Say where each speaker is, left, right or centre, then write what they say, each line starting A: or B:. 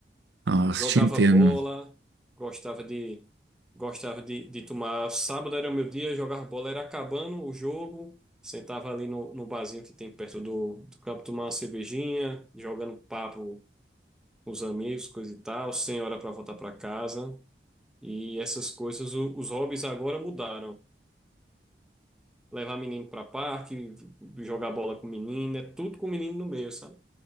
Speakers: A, on the right; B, in the centre.
A: Nossa,
B: jogava
A: te entendo.
B: bola, gostava de gostava de, de tomar. Sábado era o meu dia, jogava bola, era acabando o jogo, sentava ali no, no barzinho que tem perto do, do campo, tomar uma cervejinha, jogando papo com os amigos, coisa e tal, sem hora para voltar para casa. E essas coisas, o- os hobbies agora mudaram. Levar menino para parque, jogar bola com menino, é tudo com menino no meio, sabe?